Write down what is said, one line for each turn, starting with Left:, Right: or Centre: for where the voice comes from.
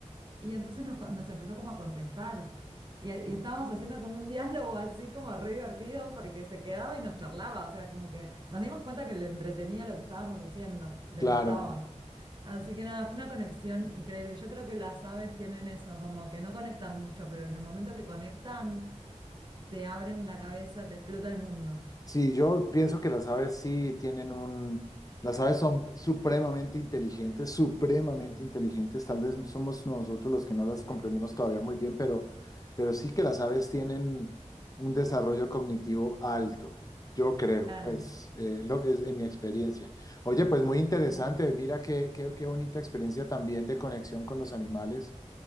Right: y entonces nos, co- nos empezó como a contestar, y, y estábamos haciendo como un diálogo así como re divertido, porque se quedaba y nos charlaba, o sea, como que nos dimos cuenta que le entretenía lo que estábamos haciendo, le
Left: claro.
Right: gustaba. Así que nada, fue una conexión increíble. Yo creo que las aves tienen eso, como que no conectan mucho, pero en el momento que conectan te abren la cabeza, te explota el mundo.
Left: Sí, yo pienso que las aves sí tienen un... Las aves son supremamente inteligentes, supremamente inteligentes. Tal vez somos nosotros los que no las comprendemos todavía muy bien, pero, pero sí que las aves tienen un desarrollo cognitivo alto, yo creo,
Right: Claro.
Left: pues, eh, lo que es en mi experiencia. Oye, pues muy interesante.
Right: Mm.
Left: Mira qué, qué, qué bonita experiencia también de conexión con los animales.